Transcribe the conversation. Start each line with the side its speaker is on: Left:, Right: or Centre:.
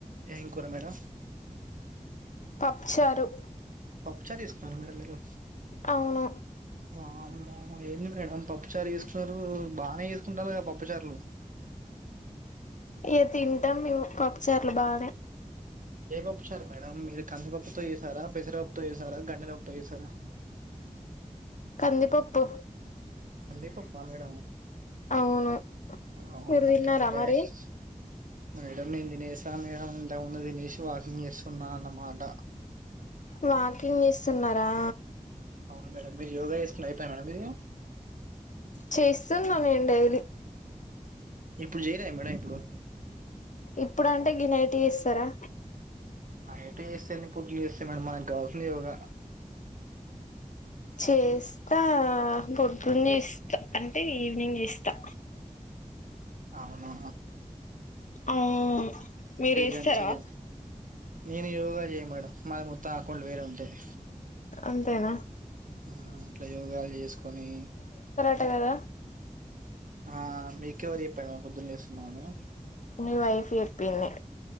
Right: ఏం కూర మేడం
Left: పప్పు చారు
Right: పప్పుచారు చేస్కున్నారా మేడం మీరు
Left: అవును
Right: అమ్మో ఏంది మేడం పప్పుచార్ చేస్ కున్నరు బానె చేసుకుంటారు కద పప్పుచార్లు
Left: ఏ తిన్ తమ్ మేము పప్పుచార్లు బానే
Right: ఏ పప్పు శారు మేడం మీరు కంది పప్పుతొ చేసారా పెసరప్పుతొ చేసారా గండినాప్పుతొ చేసారా
Left: కంది పప్పు
Right: కందీపప్పా మేడం
Left: అవును
Right: అవ్
Left: మీరు
Right: న
Left: తిన్నారా
Right: కంగ్రాట్స్
Left: మరి
Right: మేడం నేను తినేసాను మేడం ఇంతకుముందే తినేసి వాకింగ్ చేస్తున్న అన్నమాట
Left: వాకింగ్ చేస్తున్నారా
Right: అవును మేడం మీరు యోగా చేసుకునే అయిపయి మేడం మీది
Left: చేస్తున్నా నేను డైలీ
Right: ఇప్పుడు చేయలే మేడం ఇప్పుడు
Left: ఇప్పుడు అంటే గినైటి ఎస్తారా
Right: నైట్ చేస్తే ఏంది పొద్దు చేస్తే మేడం మానక్ కావాల్సింది యోగా
Left: చేస్తా అ పొద్దున్నే ఎస్తా అంటే ఈవినింగ్ చేస్తా
Right: అవునా
Left: ఆవ్ <unintelligible> మీరు
Right: చెయ్యండి
Left: చేస్తారా
Right: చెయ్యండి నేను యోగా చేయ మేడం మాది మొత్తం అకౌంట్లు వేరె ఉంటాయి
Left: అంతేనా
Right: ఆ ఇట్లా యోగాలు చేసుకొని
Left: అట్ట <unintelligible> కదా
Right: ఆ మీకు ఎవ్వరు చెప్పడ్ మ్యామ్ పొద్దున్ లేస్తున్నామని
Left: నీ వైఫ్ చెప్పింది